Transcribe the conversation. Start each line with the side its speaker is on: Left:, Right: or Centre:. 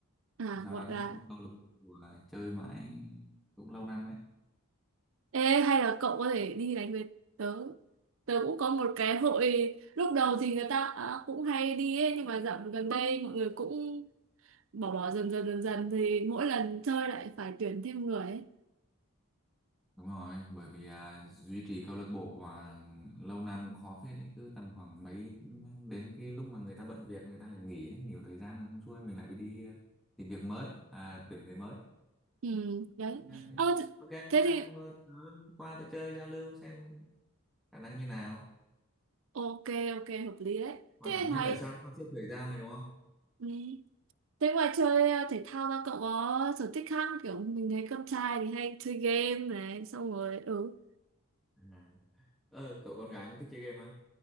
Right: à
Centre: sau
Right: gọi
Centre: đó cũng
Right: là
Centre: có một câu lạc bộ à, chơi mãi cũng lâu năm đấy
Right: Ê, hay là cậu có thể đi đánh với tớ tớ cũng có một cái hội lúc đầu thì người ta à, cũng hay đi ấy, nhưng mà dạo gần đây mọi người cũng bỏ bỏ dần dần dần dần thì mỗi lần chơi lại phải tuyển thêm người ấy
Centre: Đúng rồi, bởi vì à, duy trì câu lạc bộ à, lâu năm cũng khó phết đấy, cứ tầm khoảng mấy đến cái lúc mà người ta bận việc người ta lại nghỉ ấy, nhiều thời gian là không xuôi mình lại phải đi à, tìm việc mới, à tuyển người mới.
Right: ừ, đấy
Centre: À, thế.
Right: Ờ,
Centre: Ok,
Right: thế
Centre: hôm nào
Right: thì
Centre: ờ, qua tôi chơi giao lưu xem khả năng như nào.
Right: ok ok hợp lý đấy
Centre: Quan
Right: thế
Centre: trọng nhất
Right: ngoài
Centre: là sao sắp xếp thời gian này đúng không?
Right: ừ. Thế ngoài chơi ờ, thể thao ra cậu có sở thích khác không? kiểu mình thấy con trai thì hay chơi game này xong rồi ừ
Centre: À. Ờ, cậu con gái cũng thích chơi game à?